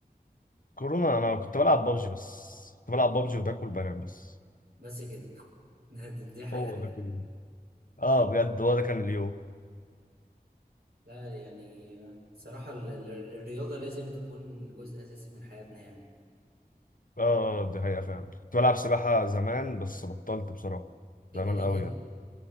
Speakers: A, on the left; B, on the right.
A: كورونا انا كنت بلعب بابجي بس كنت بلعب بابجي وباكل بنام بس
B: بس كده <laughs> ده- دي دي حياتنا
A: هو ده كله اه بجد هو ده كان اليوم
B: لا يعني صراحة ال- ال- الرياضة لازم تكون جزء أساسي من حياتنا يعني
A: اه دي حقيقة فعلا كنت بلعب سباحة زمان بس بطلت بصراحة
B: ايه
A: زمان
B: ده ليه
A: قوي
B: كده؟
A: يعني